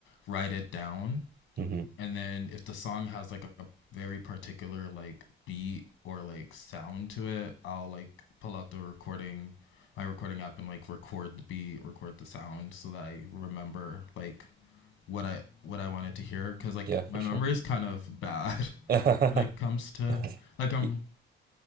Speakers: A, on the left; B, on the right.
A: write it down
B: hmm
A: and then if the song has like a very particular like beat or like sound to it, I'll like pull out the recording, my recording app, and like record the beat, record the sound, so that I remember like what I what I wanted to hear. Cause like
B: Yeah, for
A: my
B: sure.
A: memory is kind of bad
B: <laughs>
A: <laughs> when it comes to like I'm
B: Y-